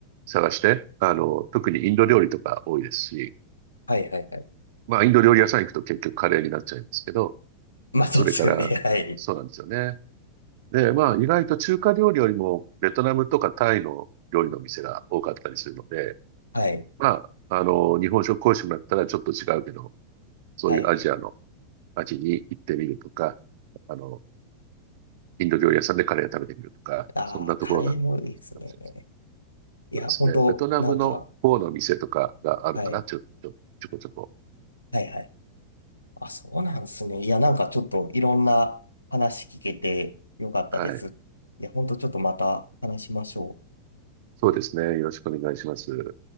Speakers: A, on the right; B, on the left.
A: 探して、あの、特にインド料理とか多いですし、
B: はいはいはい。
A: まあ、インド料理屋さん行くと結局カレーになっちゃいますけど、
B: <laughs> まあそうですよね。
A: それから、
B: <laughs> はい。
A: そうなんですよね。で、まあ、意外と中華料理よりも、ベトナムとかタイの料理の店が多かったりするので、
B: はい。
A: まあ、あの、日本食講師もだったらちょっと違うけど、そういうアジアの
B: はい。
A: 街に行ってみるとか、あの、インド料理屋さんでカレーを食べてみるとか、
B: ああ、
A: そんなところなんか
B: カレーもいいですね。
A: もしれ
B: いや、
A: ないですねそうですね。
B: 本当なんか、
A: ベトナムの方の店とかがあるかな、
B: はい。
A: ちょ、ちょ、ちょこちょこ。
B: はいはい。あ、そうなんですね。いや、なんかちょっといろんな話聞けてよかったです。
A: はい。
B: いや、本当ちょっとまた話しましょう。
A: そうですね。よろしくお願いします。